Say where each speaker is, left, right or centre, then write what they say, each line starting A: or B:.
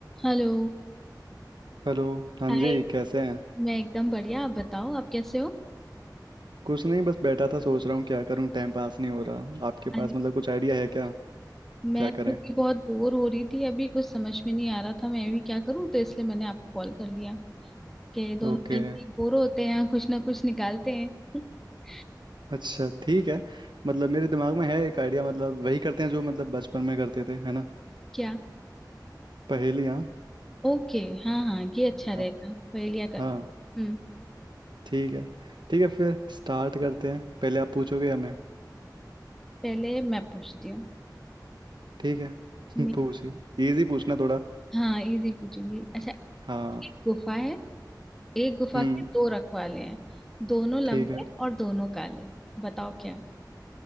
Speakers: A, in the centre; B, on the right.
A: Hello
B: Hello हाँ
A: Hi
B: जी कैसे हैं
A: मैं एकदम बढ़िया आप बताओ आप कैसे हो
B: कुछ नहीं बस बैठा था सोच रहा हूँ क्या करूँ टाइम पास नहीं हो रहा आपके पास
A: अरे
B: मतलब कुछ आइडिया है क्या
A: मैं
B: क्या करें
A: खुद ही बहुत बोर हो रही थी अभी कुछ समझ में नहीं आ रहा था मैं भी क्या करूं तो इसलिए मैंने आपको कॉल कर लिया कि दोनों
B: ओके
A: मिलके बोर होते हैं कुछ ना कुछ निकालते हैं <laughs>
B: अच्छा ठीक है मतलब मेरे दिमाग में है एक आइडिया मतलब वही करते हैं जो मतलब बचपन में करते थे है ना
A: क्या
B: पहेलियाँ
A: ओके हाँ हाँ ये अच्छा रहेगा
B: हाँ
A: पहेलियाँ कर
B: हाँ
A: हम्म
B: ठीक है ठीक है फिर स्टार्ट करते हैं पहले आप पूछोगे या मैं
A: पहले मैं पूछती हूँ
B: ठीक है
A: मैं-
B: <laughs> पूछिए इजी पूछना थोड़ा
A: हाँ इजी पूछूंगी अच्छा एक
B: हाँ
A: गुफा है एक गुफा
B: हम्म
A: के दो रखवाले हैं दोनों लंबे
B: ठीक है
A: और दोनों काले बताओ क्या